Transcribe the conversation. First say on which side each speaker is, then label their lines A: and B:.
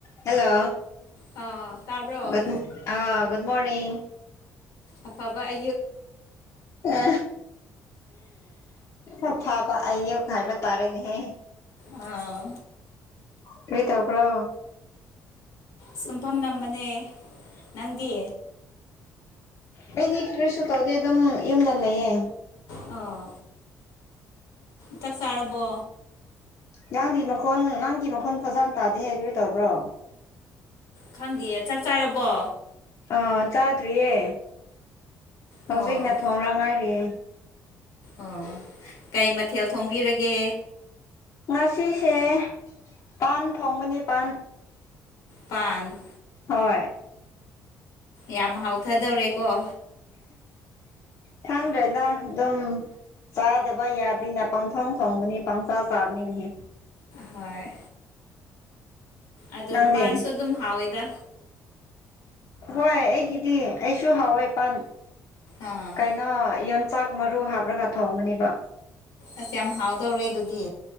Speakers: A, on the left (about 55°); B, on the left (about 85°).
A: hello
B: ꯑꯥ ꯇꯥꯕ꯭ꯔꯣ
A: ꯗ ꯑꯥ ꯨꯗ ꯃꯣꯅꯤꯡ
B: ꯑ ꯑꯕ ꯑ
A: ꯑ ꯑ ꯐꯥꯕ ꯑꯏꯦ ꯔꯕ ꯇꯥꯔꯦꯗꯤꯍꯦ
B: ꯑꯥꯎ
A: ꯀꯔꯤ ꯇꯧꯕ꯭ꯔꯣ
B: ꯁꯨꯝ ꯐꯝꯃꯝꯕꯅꯦ ꯅꯪꯗꯤ
A: ꯑꯩꯗꯤ ꯀꯔꯤꯁꯨ ꯇꯧꯗꯦ ꯑꯗꯨꯝ ꯌꯨꯝꯗ ꯂꯩꯌꯦ
B: ꯑ ꯆꯥꯛ ꯆꯥꯔꯕꯣ
A: ꯅꯥꯡꯒꯤ ꯃꯈꯣꯟꯜ ꯅꯪꯒꯤ ꯃꯈꯣꯟ ꯐꯖꯅ ꯇꯥꯗꯦꯍꯦ ꯀꯔꯤ ꯇꯧꯕ꯭ꯔꯣ
B: ꯈꯪꯗꯦꯌꯦ ꯆꯥꯛ ꯆꯥꯔꯕꯣ
A: ꯑꯥ ꯆꯥꯗ꯭ꯔꯤꯌꯦ ꯍꯧꯖꯤꯛꯅ
B: ꯑꯣ
A: ꯊꯣꯡꯅ ꯉꯥꯏꯔꯦ
B: ꯑꯣ ꯀꯩ ꯃꯊꯦꯜ ꯊꯣꯡꯕꯤꯔꯒꯦ
A: ꯉꯁꯤꯁꯦ ꯄꯥꯟ ꯊꯣꯡꯕꯅꯤ ꯄꯥꯟ
B: ꯄꯥꯟ
A: ꯍꯣꯏ
B: ꯌꯥꯝ ꯍꯥꯎꯊꯗꯧꯔꯦꯀꯣ
A: ꯈꯪꯗ꯭ꯔꯦꯗ ꯑꯗꯨꯝ ꯆꯥꯗꯕ ꯌꯥꯕꯅꯤꯅ ꯄꯪꯊꯣꯡ ꯊꯣꯡꯕꯅꯤ ꯄꯪꯆꯥ ꯆꯥꯕꯅꯤꯅꯦꯍꯦ
B: ꯍꯣꯏ ꯑꯗꯣ
A: ꯅꯪꯗꯤ
B: ꯄꯥꯟꯁꯨ ꯑꯗꯨꯝ ꯍꯥꯎꯋꯦꯗ
A: ꯍꯣꯏ ꯑꯩꯒꯤꯗꯤ ꯑꯩꯁꯨ ꯍꯥꯎꯋꯦ ꯄꯥꯟ
B: ꯑꯥ
A: ꯀꯩꯅꯣ ꯆꯥꯛ ꯃꯔꯨ ꯍꯥꯞꯂꯒ ꯊꯣꯡꯒꯅꯤꯕ
B: ꯑꯁ ꯌꯥꯝ ꯍꯥꯎꯗꯧꯔꯦ ꯑꯗꯨꯗꯤ